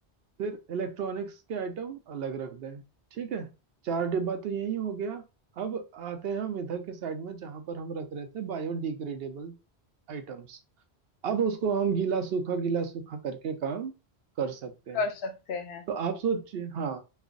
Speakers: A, on the right (about 65°); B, on the left (about 75°).
A: फिर इलेक्ट्रॉनिक्स के आइटम अलग रख दें ठीक है चार डिब्बा तो यही हो गया अब आते हैं हम इधर के साइड में जहां पर हम रख रहे थे बायोडिग्रेडेबल आइटम्स अब उसको हम गीला सूखा गीला सूखा करके काम कर सकते
B: कर
A: हैं
B: सकते हैं
A: तो आप सोचिए हाँ